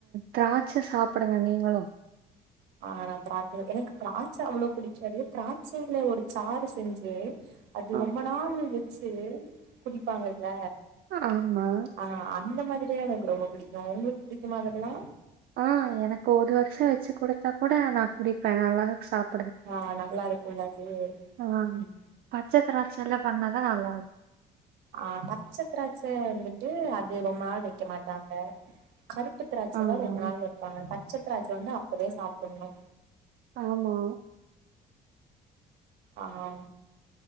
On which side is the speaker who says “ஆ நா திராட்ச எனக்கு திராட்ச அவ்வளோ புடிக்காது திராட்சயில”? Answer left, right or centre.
Right